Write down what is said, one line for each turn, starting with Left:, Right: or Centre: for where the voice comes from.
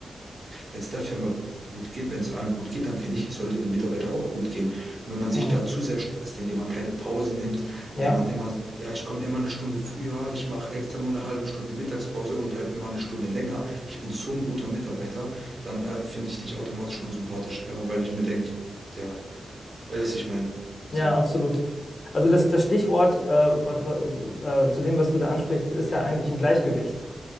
Right: wenn es der Firma gut geht, wenn es allen gut geht, dann finde ich, es sollte den Mitarbeiter auch gut gehen. Und wenn man
Left: Mhm.
Right: sich da zu sehr stresst, indem man keine Pausen nimmt,
Left: Ja,
Right: indem man immer, sagt, ja, ich komme immer eine Stunde früher, ich mache extra nur eine halbe Stunde Mittagspause und bleib immer eine Stunde länger, ich bin so ein guter Mitarbeiter, dann äh, finde ich dich automatisch unsympathisch, einfach weil ich mir denke, ja, Weiß ich mein.
Left: ja,
Right: So.
Left: absolut. Also das, das Stichwort äh, was, wa- äh, zu dem, was du da ansprichst, ist ja eigentlich ein Gleichgewicht.